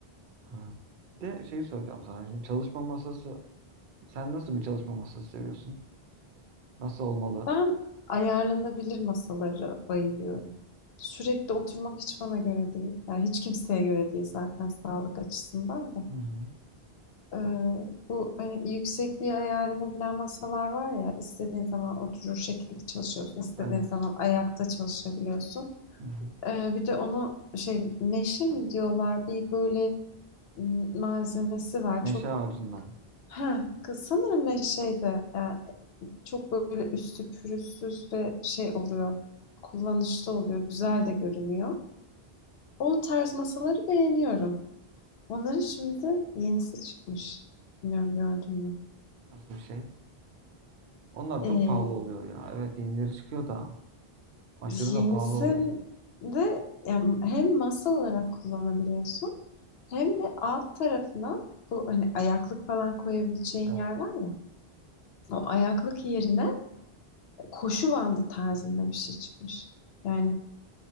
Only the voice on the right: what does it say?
Ha. Bir de şey soracağım sana. Şimdi çalışma masası. Sen nasıl bir çalışma masası seviyorsun? Nasıl olmalı?
Hı hı.
Evet.
Hı hı.
Meşe
ağacından.
Nasıl bir şey? Onlar
çok pahalı oluyor ya. Evet yenileri çıkıyor da. Aşırı
da pahalı oluyor.
Evet,